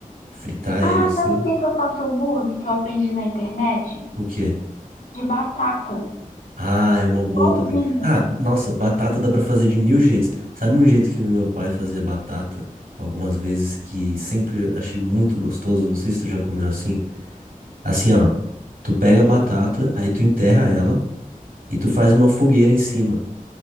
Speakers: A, on the right (about 85°); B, on the left (about 85°).
A: fritar
B: Ah,
A: ele assim,
B: sabe o que que eu faço hambúrguer que eu aprendi na internet?
A: o quê?
B: De batata.
A: Ah, é uma boa
B: Pãozinho.
A: também. Ah, nossa, batata dá pra fazer de mil jeitos. Sabe um jeito que meu pai fazia batata algumas vezes que sempre achei muito gostoso? Não sei se tu já comeu assim. Assim, ó, tu pega a batata, aí tu enterra ela e tu faz uma fogueira em cima,